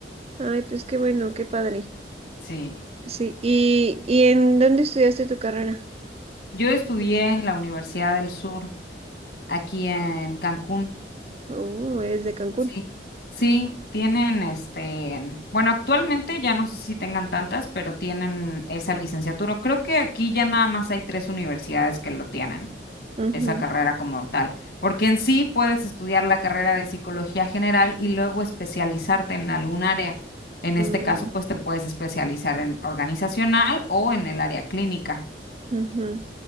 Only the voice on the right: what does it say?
Ay, pues qué bueno, qué padre.
Sí, ¿y, y en dónde estudiaste tu carrera?
Oh, eres de Cancún.
Ujú.
Mm,
ujú.